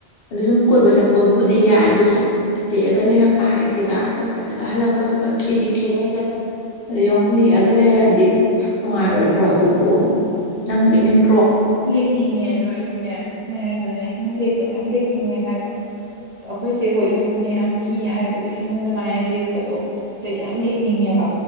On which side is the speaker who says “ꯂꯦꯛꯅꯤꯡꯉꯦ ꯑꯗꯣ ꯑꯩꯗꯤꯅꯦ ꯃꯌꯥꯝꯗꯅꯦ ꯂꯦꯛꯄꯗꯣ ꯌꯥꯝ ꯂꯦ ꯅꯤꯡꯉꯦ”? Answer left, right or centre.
Right